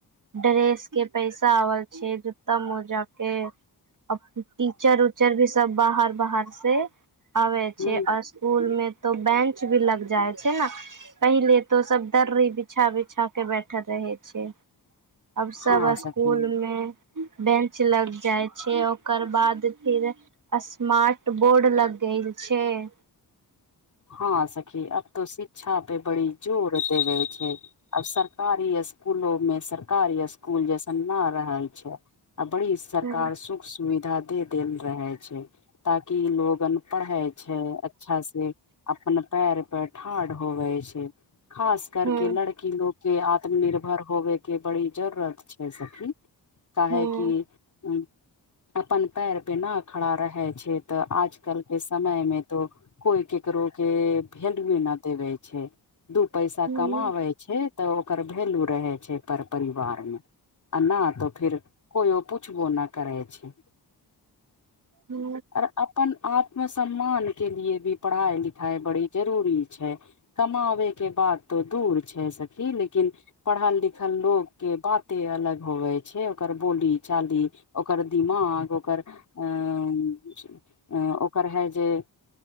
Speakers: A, on the right; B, on the left.
A: ड्रेस के पैसा आबल छैय जूता मोजा के टीचर उचर भी सब बाहर बाहर से आबै छैय
B: हूँ
A: आ स्कुल में तो बेंच भी लग जाइ छैय ने पहिले तो सब दर्री बिछा बिछा के बैठल रहे छैय। अब सब
B: हँ
A: स्कुलमे
B: सखी
A: बेंच लग जाइ छैय ओकर बाद फिर स्मार्ट बोर्ड लग देल छैय।
B: हँ सखी आब त शिक्षा पे बड़ी जोर देवै छैय। आब सरकारी स्कुलो मे सरकारी स्कुल जैसन न रहल छैय। आ बड़ी सरकार
A: हूं
B: सुख सुविधा दे देल रह छैय ताकि लोग पन पढ़य छैय अच्छा से अपन पैर पे ठाढ़ होवे छैय। खास करके
A: हूं
B: लड़की लोग के आत्म निर्भर होबे के बड़ी जरूरत छैय सखी काहे
A: हूं
B: कि उ अपन पैर पे न खड़ा रहै छैय तऽ आजकल के समय मे तो कोइ के केकरो के भेलुए न देवे छैय दू पैसा
A: हूं
B: कमाबय छैय तऽ ओकर वैल्यू रहै छैय पर परिवारमे आ नहि तऽ फेर केओ पूछबो न करै छैय।
A: हू
B: आऔर अपन आत्म सम्मान के लिए भी पढ़ाई लिखाई बड़ी जरूरी छैय। कमाबैके बात तो दूर छैय सखी लेकिन पढ़ल लिखल लोग के बाते अलग होवे छैय ओकर बोली चाली ओकर दिमाग ओकर अ ओकर है जे